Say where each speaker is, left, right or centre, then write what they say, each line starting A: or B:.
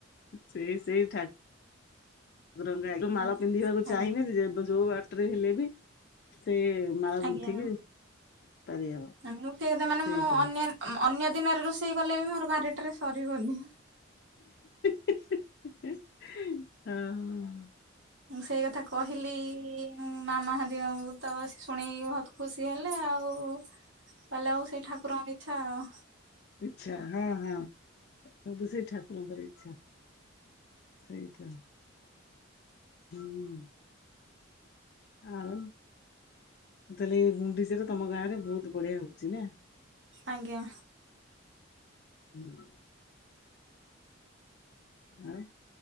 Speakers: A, on the left; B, on the right.
A: ସେଇ ସେଇ ଙ୍ଗ ଠାକୁରଙ୍କ
B: ଆଜ୍ଞା।
A: ମାଳ ପିନ୍ଧିବାକୁ
B: ଆଜ୍ଞା
A: ଚାହିଁବେନି ଏବେ ଯୋଉ ବା ଟ୍ରେ ହେଲେ ବି ସେ ମାଳ
B: ଆଜ୍ଞା।
A: ଗୁନ୍ଥିକି ପାରିହବ
B: ମୁଁ ସେ କଥା ମାନେ,
A: ସେଇତ
B: ମୁଁ ଅନ୍ୟ ଅନ୍ୟ ଦିନରେ ରୋଷେଇ କଲେ ବି ମୋର ବାରିଟାରେ ସରିବନି।
A: ହଁ- ହଁ।
B: ମୁଁ ସେଇ କଥା କହିଲି ମାମା ହେରିକାଙ୍କୁ ତ ଶୁଣିକି ବହୁତ ଖୁସି ହେଲେ, ଆଉ କହିଲେ ଆଉ ସେଇ ଠାକୁରଙ୍କ ଇଚ୍ଛା ଆଉ।
A: ଇଚ୍ଛା ହଁ- ହଁ ସବୁ ସେଇ ଠାକୁରଙ୍କର ଇଚ୍ଛା। ସେଇ ତ ହୁଁ। ଆଉ। ତାହେଲେ ଏଇ ଗୁଣ୍ଡିଚାରେ, ତମ ଗାଁ ରେ ବହୁତ ବଢିଆ ହଉଛି ନା?
B: ଆଜ୍ଞା।
A: ହୁଁ। ଆଉ